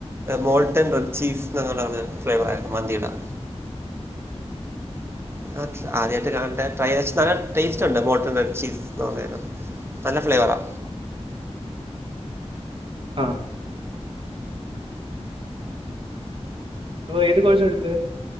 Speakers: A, on the right; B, on the right.
A: മോൾട്ടൻ റെഡ് ചീസ് എന്നുള്ളൊരു ഫ്ലേവർ ആയിരുന്നു മന്തിടെ ആ ആദ്യയിട്ട് കാണ് ണ്ടെ ട്രൈ ചെയ്ച്ച നല്ല ടേസ്റ്റ് ഉണ്ട് മോട്ടൺഡ് റെഡ് ചീസ്ന്ന് പറയ നല്ല ഫ്ലേവറാ
B: ആഹ് ഓ ഏത് കോഴ്സാ എടുത്തെ